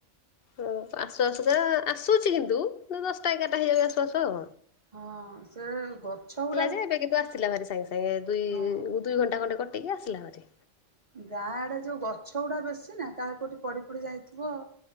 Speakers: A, on the left; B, on the right.
A: ହ ଆସବାସ ତ ଆସୁଛି କିନ୍ତୁ ଦଶଟା ଏଗାରଟା ହେଇଯିବ ଆସବାସଉ
B: ହଁ ସେ ଗଛ ଗୁଡା
A: ଯେ ଏବେ କିନ୍ତୁ ଆସିଲା ଭାରି ସାଙ୍ଗେ ସାଙ୍ଗେ ଦୁଇ
B: ହଁ
A: ଦୁଇ ଘଣ୍ଟା ଖଣ୍ଡଟେ କଟିକି ଆସିଲା ଭାରି
B: ଗାଁ ଆଡେ ଯୋଉ ଗଛ ଗୁଡା ବେଶୀ ନା କା କୋଉଠି ପଡି ପଡି ଯାଇଥିବ